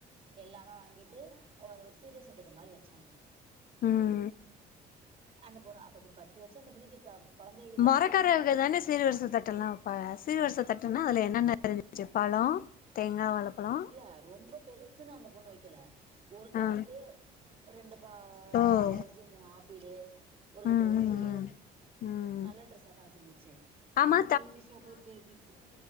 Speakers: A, on the right (about 35°); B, on the left (about 55°).
A: எல்லாமே வாங்கிட்டு ஒரு ஒரு சீர்வர்ச தட்டு மாரி வச்சாங்க
B: ம்
A: அந்த பொண்ணு அப்பக்கு பத்து வர்ஷோ அந்த பிள்ளக்கு க கொழந்தையே இல்ல
B: மரக்கரவுக
A: இருந்தாலும் கொழந்த
B: தான
A: செஞ்சுச்சு
B: சீர்வர்ச தட்டெல்லா பாக சீர்வரிச தட்டுனா அதுல என்னென்ன இருந்துச்சு பழோ தேங்கா வாழ பழோ
A: இல்ல ரொம்ப பெருசுன்னு அந்த பொண்ணு வெக்கல ஒரு தட்டுலு
B: ஆ
A: ரெண்டு பா மூணு
B: ஓ
A: ஆரஞ்சு மூணு ஆப்பிளு ஒரு
B: ம்
A: ட்ரெஸ்ஸு
B: ம் ம் ம்
A: நல்ல ட்ரெஸாதா வெச்சுருந்துச்சு
B: ஆமா
A: அப்றோ பேபி சோப்பு பேபி